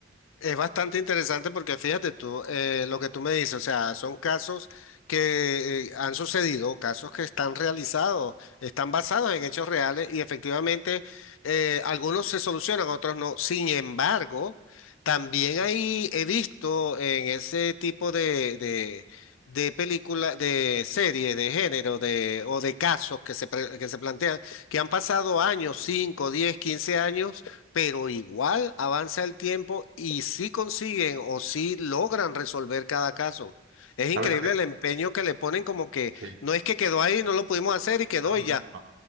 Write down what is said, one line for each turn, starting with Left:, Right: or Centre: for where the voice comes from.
Left: es bastante interesante porque fíjate tú, eh, lo que tú me dices, o sea, son casos que eh, han sucedido, casos que están realizados, están basados en hechos reales y efectivamente eh, algunos se solucionan, otros no. Sin embargo, también ahí he visto en ese tipo de, de, de película, de serie, de género, de, o de casos que se, pre- que se plantean, que han pasado años, 5, 10, quince años pero igual avanza el tiempo y sí consiguen o sí logran resolver cada caso. Es increíble
Right: ¿Sabes lo que...?
Left: el empeño que le ponen como que
Right: Sí.
Left: no es que quedó ahí, no lo pudimos hacer y quedó
Right: No, no,
Left: y ya.
Right: no. no.